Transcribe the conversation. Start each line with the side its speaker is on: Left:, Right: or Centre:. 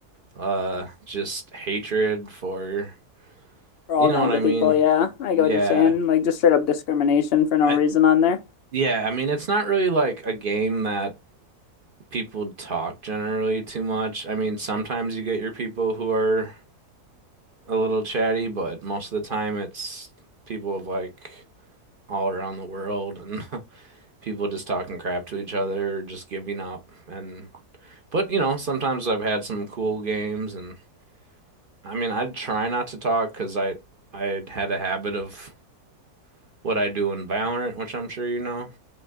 Right: Uh, just hatred for,
Left: For all
Right: you know
Left: kinds
Right: what I
Left: of
Right: mean?
Left: people, yeah. I
Right: Yeah.
Left: get what you're saying. Like just straight up discrimination for no
Right: I
Left: reason on there.
Right: yeah, I mean it's not really like a game that people talk generally too much. I mean, sometimes you get your people who are a little chatty, but most of the time it's people of like all around the world and <laughs> people just talking crap to each other or just giving up and but you know, sometimes I've had some cool games and I mean, I try not to talk because I I had a habit of what I do in Valorant, which I'm sure you know.